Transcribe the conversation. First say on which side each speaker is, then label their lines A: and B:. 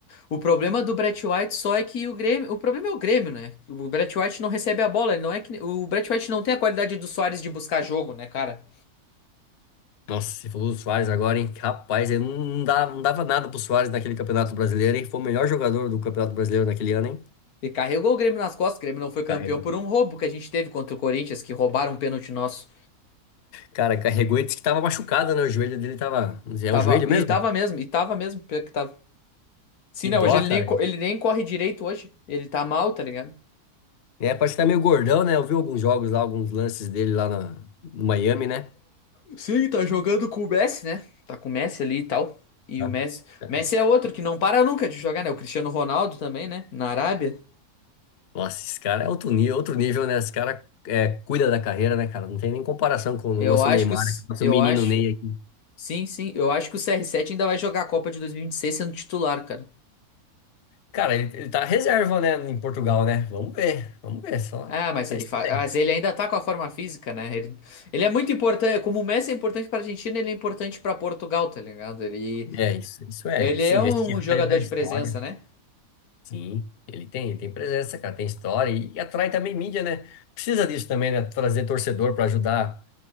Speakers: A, on the left (about 75°); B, on the left (about 55°).
A: O problema do Brett White só é que o Grêmio. O problema é o Grêmio, né? O Brett White não recebe a bola. Ele não é que... O Brett White não tem a qualidade do Soares de buscar jogo, né, cara?
B: Nossa, você falou do Suárez agora, hein? Rapaz, ele não, não dá, não dava nada pro Suárez naquele Campeonato Brasileiro, hein? Foi o melhor jogador do Campeonato Brasileiro naquele ano, hein?
A: Ele carregou o Grêmio nas costas. O Grêmio não foi campeão
B: Carregou.
A: por um roubo que a gente teve contra o Corinthians, que roubaram um pênalti nosso.
B: Cara, carregou e disse que tava machucado, né? O joelho dele tava. É
A: Tava...
B: o joelho mesmo?
A: E tava mesmo, e tava mesmo. pior que tava. Sim,
B: Que
A: não,
B: dó,
A: hoje ele
B: cara.
A: nem, co- ele nem corre direito hoje. Ele tá mal, tá ligado?
B: É, parece que tá meio gordão, né? Eu vi alguns jogos lá, alguns lances dele lá na, no Miami, né?
A: Sim, tá jogando com o Messi, né? Tá com o Messi ali e tal. E
B: Tá.
A: o Messi,
B: É.
A: o Messi é outro que não para nunca de jogar, né? O Cristiano Ronaldo também, né? Na Arábia.
B: Nossa, esse cara é outro nível, outro nível, né? Esse cara é, cuida da carreira, né, cara? Não tem nem comparação com o
A: Eu
B: nosso
A: acho
B: Neymar,
A: que os...
B: né? nosso
A: eu
B: menino
A: acho,
B: Ney aqui.
A: sim, sim, eu acho que o CR7 ainda vai jogar a Copa de 2026 sendo titular, cara.
B: Cara, ele, ele tá reserva, né, em Portugal, né? Vamos ver, vamos ver só.
A: Ah, mas
B: Tá
A: ele
B: estranho.
A: fa... mas ele ainda tá com a forma física, né? Ele, ele é muito importante, como o Messi é importante pra Argentina, ele é importante pra Portugal, tá ligado? Ele
B: É isso, isso é.
A: ele
B: Sim,
A: é um
B: vestiário,
A: jogador
B: né?
A: de
B: História.
A: presença, né?
B: Sim, ele tem, ele tem presença, cara, tem história e, e atrai também mídia, né? Precisa disso também, né? Trazer torcedor pra ajudar.